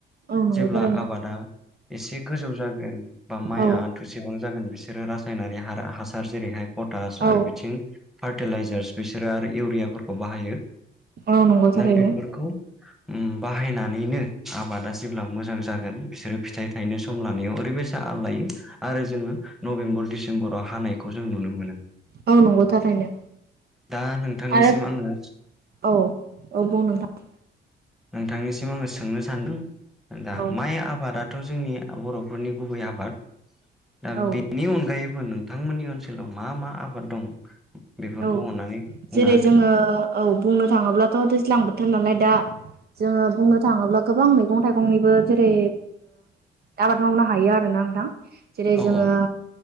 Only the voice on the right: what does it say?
औ नंगौ
थारैनो
औ
औ
औ नंगौ थारैनो
औ नंगौ थारैनो
आरो
औ औ बुं नोंथां
औ
औ
औ
जेरै
जोङो औ बुंनो थाङोब्लाथ' दैज्लां बोथोर नालाय दा जोङो बुंनो थाङोब्ला गोबां मैगं थाइगंनिबो जेरै आबाद मावनो हायो आरो ना नोंथां जेरै
जोङो